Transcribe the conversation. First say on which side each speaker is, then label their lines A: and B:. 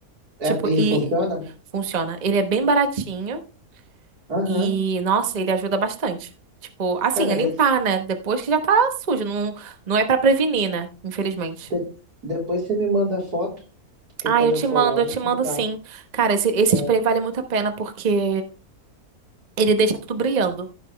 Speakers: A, on the right; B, on the right.
A: É,
B: Tipo,
A: e
B: e
A: funciona?
B: funciona. Ele é bem baratinho
A: Aham.
B: e, nossa, ele ajuda bastante. Tipo, assim,
A: Cara,
B: é limpar,
A: de-
B: né? Depois que já tá sujo. Não, não é pra prevenir, né? Infelizmente.
A: de- depois você me manda foto, porque
B: Ah,
A: quando
B: eu te
A: eu for
B: mando,
A: lá eu
B: eu
A: vou
B: te
A: comprar.
B: mando sim. Cara, esse, esse
A: É,
B: spray vale muito a pena porque. Ele deixa tudo brilhando.